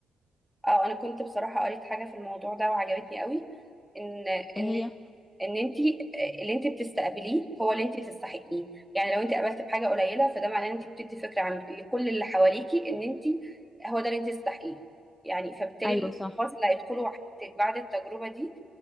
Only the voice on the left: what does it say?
إيه هي؟
أيوة
صح